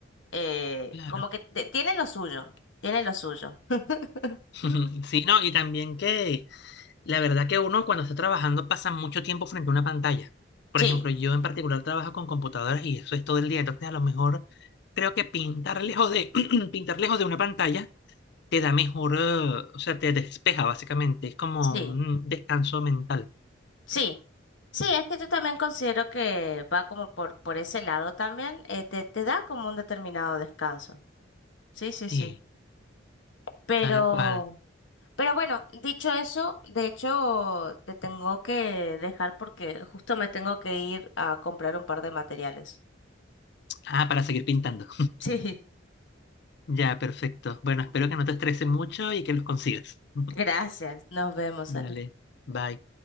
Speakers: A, on the left; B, on the left.
A: eh,
B: Claro.
A: como que te- tiene lo suyo, tiene lo suyo.
B: Ujú,
A: <gasps>
B: Sí, no, y también que la verdad que uno cuando está trabajando pasa mucho tiempo frente a una pantalla. Por
A: Sí,
B: ejemplo, yo en particular trabajo con computadoras y eso es todo el día. Entonces, a lo mejor creo que pintar lejos de <clears throat> pintar lejos de una pantalla te da mejor, eh, o sea, te despeja básicamente. Es como
A: sí,
B: un descanso mental.
A: sí. Sí, es que yo también considero que va como por, por ese lado también, eh, te, te da como un determinado descanso. Sí, sí,
B: Sí,
A: sí. Pero,
B: tal cual.
A: pero bueno, dicho eso, de hecho, te tengo que dejar porque justo me tengo que ir a comprar un par de materiales. <laughs>
B: Ah, para seguir pintando.
A: Sí,
B: Ya, perfecto. Bueno, espero que no te estrese mucho y que los consigas. <laughs>
A: gracias. Nos vemos,
B: Dale,
A: Ale.
B: bye.